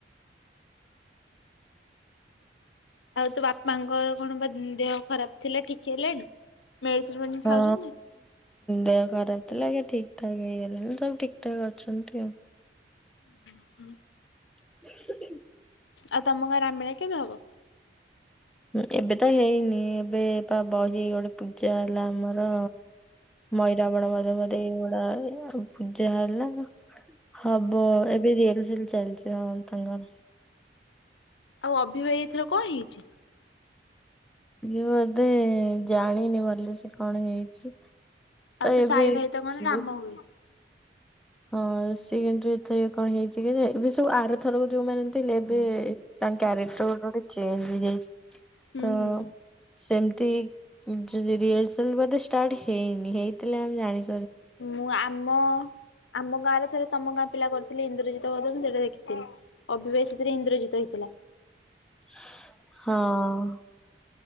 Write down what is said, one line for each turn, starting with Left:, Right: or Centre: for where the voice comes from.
Left: ଆଉ ତୋ ବାପାଙ୍କର କଣ ପା ଦେହ ଖରାପ ଥିଲା ଠିକ ହେଲାଣି? ମେଡିସିନ ଫେଡିସିନ
Centre: ହଁ।
Left: ଖାଉଛନ୍ତି
Centre: ଦେହ ଖରାପ ଥିଲା ଏ ଠିକ ଠାକ ହେଇଗଲାଣି ସବୁ ଠିକ ଠାକ ଅଛନ୍ତି ଆଉ।
Left: ହ ହଁ।
Centre: <inaudible>
Left: ଆଉ ତମ ଘରାମିଳା କେବେ ହବ?
Centre: ଉଁ ଏବେ ତ ହେଇନି ଏବେ ତ ବହି ଗୋଟେ ପୂଜା ହେଲା ଆମର। ମଇରାବଣ ମଧ ମଧେ ଏଇଗୁଡ଼ା ପୂଜା ହେଲା ନା ହବ ଏବେ ରିଏଲସିଏଲ ଚାଲିଛି ହଁ। ତାଙ୍କର।
Left: ଆଉ ଅଭି ଭାଇର ଏଥର କଣ ହେଇଛି?
Centre: ଏ ବୋଧେ ଜାଣିନି ଭଲସେ କଣ ହେଇଛି? ଆଉ
Left: ତୋ
Centre: ଏବେ
Left: ସାଇ ଭାଇ ତ କଣ
Centre: ସେ।
Left: ରାମ ହୁଏ।
Centre: ହଁ ସିଏ କିନ୍ତୁ ଏଥର କଣ ହେଇଛି କି ଏବେ ସବୁ ଆରଥରକୁ ଯୋଉଁମାନେ ଥିଲେ ଏବେ ତାଙ୍କ କ୍ୟାରେକ୍ଟର ବହୁତ ଚେଞ୍ଜ ହେଇଯାଇଛି
Left: ହୁଁ
Centre: ତ
Left: ହୁଁ।
Centre: ସେମିତି ରିୟଲସେଲ ବୋଧେ ଷ୍ଟାର୍ଟ ହେଇନି ହେଇଥିଲେ ଆମେ ଜାଣି
Left: ନା ଆମ ଆମ ଗାଁରେ ଥରେ ତମ ଗାଁ ପିଲା କରିଥିଲେ ଇନ୍ଦ୍ରଜିତ୍ ସେଇଟା ଦେଖିଥିଲି ଅଭି ଭାଇ ସେଥିରେ ଇନ୍ଦ୍ରଜିତ୍ ହେଇଥିଲା।
Centre: ହଁ।